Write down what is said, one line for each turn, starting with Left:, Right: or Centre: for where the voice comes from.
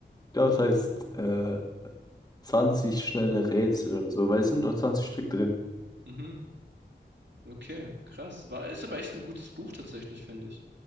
Left: Ich glaube, es heißt äh, 20 schnelle Rätsel oder so, weil es sind doch 20 Stück drin.
Right: Mhm. Okay, krass. War, ist aber echt ein gutes Buch tatsächlich, finde ich.